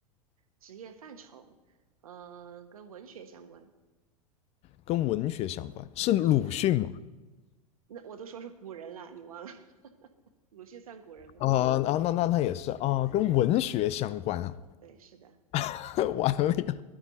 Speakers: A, on the right; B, on the left.
A: 职业范畴，嗯、呃跟文学相关，
B: 跟文学相关，是鲁迅吗？
A: 是的。那我都说是古人了，你忘了？<laughs> 鲁迅算古人吗？
B: 啊、啊，那那那也是啊，跟文学相关啊。
A: 对，是的，
B: <laughs> 完了呀，